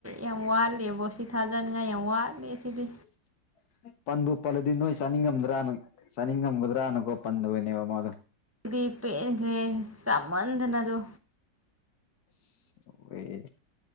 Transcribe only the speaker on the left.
<inaudible> ꯄꯟꯕꯨ ꯄꯜꯂꯗꯤ ꯅꯣꯏ ꯆꯥꯅꯤꯡꯉꯝꯗ꯭ꯔꯥꯅ ꯆꯥꯅꯤꯡꯉꯝꯒꯗ꯭ꯔꯥꯅꯨꯀꯣ ꯄꯟꯗꯕꯣꯏꯅꯦꯕ ꯃꯥꯗꯣ
ꯑꯁ ꯑꯣꯏꯌꯦ